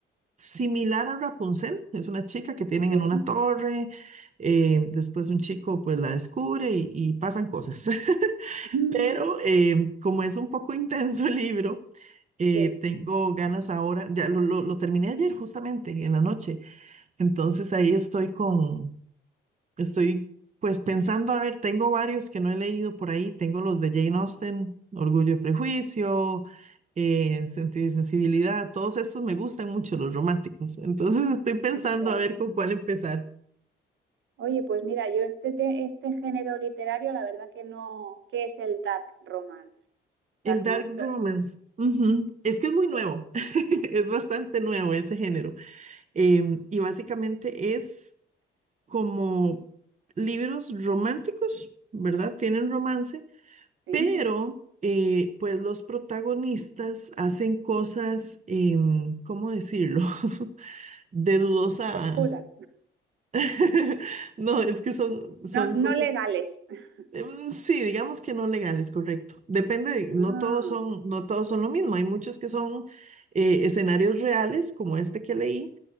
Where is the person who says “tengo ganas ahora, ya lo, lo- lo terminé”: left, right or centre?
Right